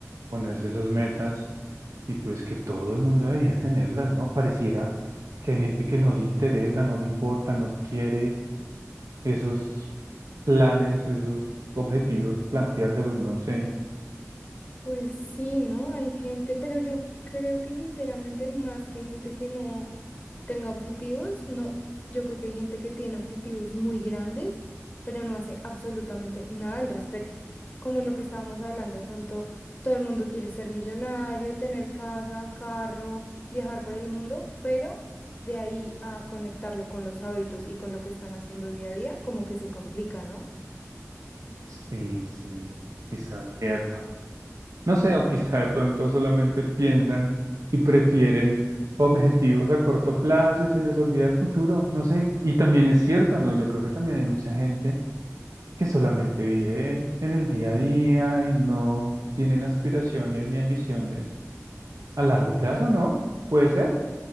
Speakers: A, on the right; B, on the left.
A: ponerse esas metas y pues que todo el mundo debería tenerlas, ¿no? Pareciera que hay gente que no le interesa, no le importa, no quiere esos planes, esos objetivos, planteárselos, no sé.
B: Pues sí, ¿no? Hay gente, pero yo creo que sinceramente más que gente que no tenga objetivos, no, yo creo que hay gente que tiene objetivos muy grandes, pero no hace absolutamente nada al respecto. Como lo que estábamos hablando, de pronto todo el mundo quiere ser millonario, tener casa, carro, viajar por el mundo, pero de ahí a conectarlo con los hábitos y con lo que están haciendo día a día, como que se complica, ¿no?
A: Sí, sí, quizás cierto. No sé, o quizá de pronto solamente piensan y prefieren objetivos a corto plazo y se les olvida el futuro, no sé. Y también es cierto, ¿no? Yo creo que también hay mucha gente que solamente vive en el día a día y no tienen aspiraciones ni ambiciones a largo plazo, ¿no? Puede ser.